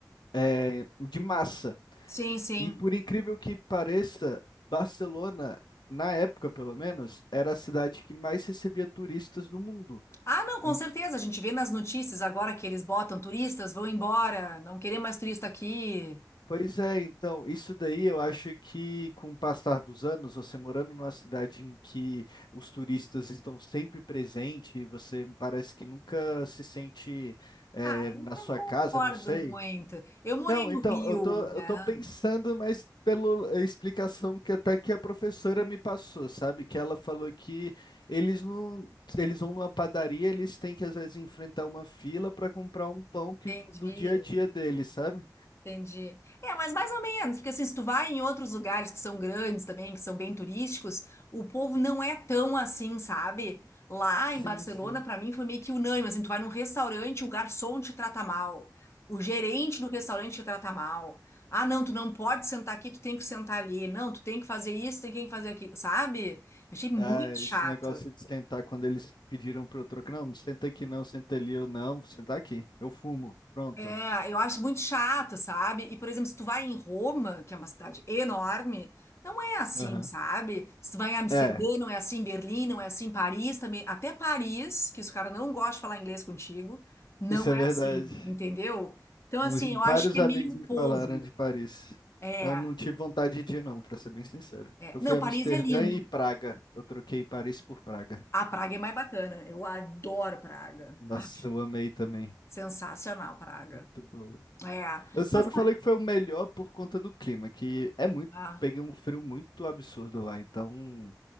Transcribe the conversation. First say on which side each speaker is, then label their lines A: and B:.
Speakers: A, on the left; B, on the left.
A: eh, de massa.
B: Sim, sim.
A: E por incrível que pareça, Barcelona, na época pelo menos, era a cidade que mais recebia turistas no mundo.
B: Ah, não, com
A: En-
B: certeza, a gente vê nas notícias agora que eles botam turistas, vão embora, não querer mais turista aqui.
A: Pois é, então, isso daí eu acho que com o passar dos anos, você morando numa cidade em que os turistas estão sempre presentes, você parece que nunca se sente eh,
B: Ah,
A: na
B: eu não
A: sua
B: concordo
A: casa, não sei.
B: muito. Eu morei
A: Não,
B: no
A: então,
B: Rio,
A: eu tô, eu
B: né?
A: tô pensando, mas pela explicação que até que a professora me passou, sabe? Que ela falou que eles não, eles vão numa padaria, eles têm que às vezes enfrentar uma fila para comprar um pão que
B: Entendi,
A: do dia a dia deles, sabe?
B: entendi. É, mas mais ou menos, porque assim, se tu vai em outros lugares que são grandes também, que são bem turísticos, o povo não é tão assim, sabe? Lá em
A: Sim,
B: Barcelona,
A: sim.
B: pra mim, foi meio que unânime, assim, tu vai num restaurante, o garçom te trata mal, o gerente do restaurante te trata mal. Ah, não, tu não pode sentar aqui, tu tem que sentar ali. Não, tu tem que fazer isso, tem que fazer aquilo, sabe? Achei muito
A: Ah,
B: chato.
A: esse negócio de sentar quando eles pediram pro troco, não, não senta aqui não, senta ali, eu não, vou sentar aqui, eu fumo, pronto.
B: É, Eu acho muito chato, sabe? E, por exemplo, se tu vai em Roma, que é uma cidade enorme, não é assim,
A: Aham.
B: sabe? Se tu vai em Amsterdã,
A: É,
B: não é assim, Berlim, não é assim, Paris também, até Paris, que os caras não gostam de falar inglês contigo, não
A: isso é
B: é
A: verdade.
B: assim, entendeu? Então,
A: Os-
B: assim, eu acho
A: Vários
B: que é
A: amigos
B: meio o
A: me
B: povo.
A: falaram de Paris.
B: É,
A: Eu não tive vontade de ir, não, pra ser bem sincero.
B: é.
A: Eu
B: Não,
A: fui a
B: Paris
A: Amsterdã
B: é lindo.
A: e Praga. Eu troquei Paris por Praga.
B: A Praga é mais bacana. Eu adoro Praga.
A: Nossa,
B: Ah,
A: eu amei também.
B: sensacional, Praga.
A: Muito bom.
B: É.
A: Eu só
B: Mas,
A: não falei que foi o melhor por conta do clima, que é muito.
B: ah,
A: Peguei um frio muito absurdo lá. Então,